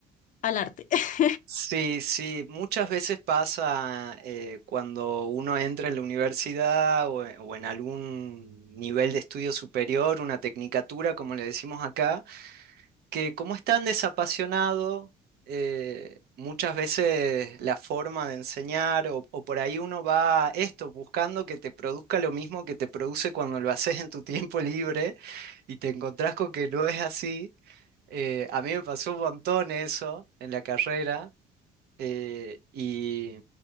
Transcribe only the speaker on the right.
Sí, sí, muchas veces pasa eh, cuando uno entra en la universidad o, o en algún nivel de estudio superior, una tecnicatura, como le decimos acá, que como es tan desapasionado, eh, muchas veces la forma de enseñar o, o por ahí uno va esto, buscando que te produzca lo mismo que te produce cuando lo haces en tu tiempo libre y te encontrás con que no es así. Eh, a mí me pasó un montón eso en la carrera eh, y,